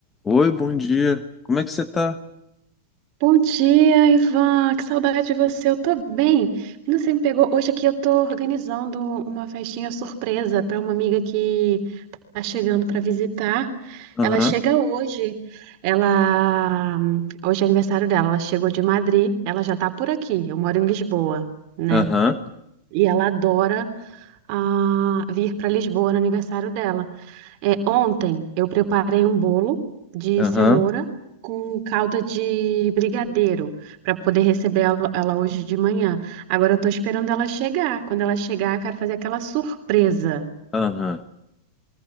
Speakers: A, on the left; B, on the right.
A: Oi, bom dia. Como é que você tá?
B: Bom dia, Ivan. Que saudade de você. Eu tô bem. Você me pegou hoje aqui. Eu tô organizando uma festinha surpresa para uma amiga que tá chegando para visitar.
A: Aham,
B: Ela chega hoje. Ela hoje é aniversário dela. Ela chegou de Madrid. Ela já tá por aqui. Eu moro em Lisboa, né?
A: aham,
B: E ela adora ah, vir para Lisboa no aniversário dela. É, ontem eu preparei um bolo de
A: aham,
B: cenoura com calda de brigadeiro para poder receber ela, ela hoje de manhã. Agora eu tô esperando ela chegar. Quando ela chegar, eu quero fazer aquela surpresa,
A: aham.